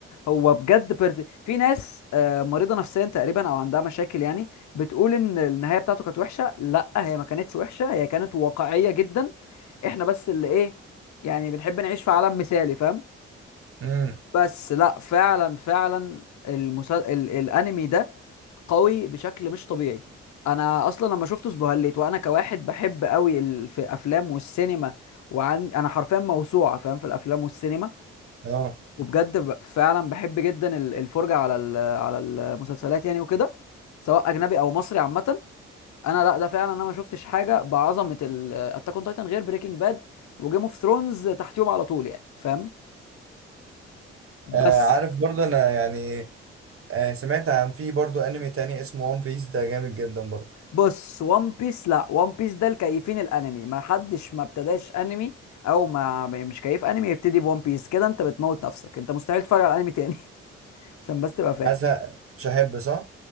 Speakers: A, on the left (about 60°); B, on the right (about 45°).
A: هو بجد بيرفكت في ناس آه، مريضه نفسيا تقريبا او عندها مشاكل يعني بتقول ان النهايه بتاعته كانت وحشه لا هي ما كانتش وحشه هي كانت واقعيه جدا احنا بس اللي ايه يعني بنحب نعيش في عالم مثالي فاهم
B: امم
A: بس لا فعلا فعلا المسل... ال... الانمي ده قوي بشكل مش طبيعي انا اصلا لما شفته اسبهليت وانا كواحد بحب قوي ال... في الافلام والسينما وعن انا حرفيا موسوعه فاهم في الافلام والسينما
B: اه
A: وبجد ب- فعلا بحب جدا ال- الفرجه على ال- على المسلسلات يعني وكده سواء اجنبي او مصري عامه انا لا ده فعلا انا ما شفتش حاجه بعظمه اتاك اون تايتن غير بريكنج باد وجيم اوف ثرونز تحتيهم على طول يعني فاهم بس
B: آه، عارف برضه انا يعني آه، سمعت عن في برضه انمي تاني اسمه وان بيس ده جامد جدا برضه
A: بص وان بيس لا وان بيس ده الكيفين الانمي ما حدش ما ابتداش انمي او ما ما- مش كيف انمي يبتدي بوان بيس كده انت بتموت نفسك انت مستحيل تتفرج على انمي تاني <laughs> عشان بس تبقى فاهم
B: حاسس مش هحب صح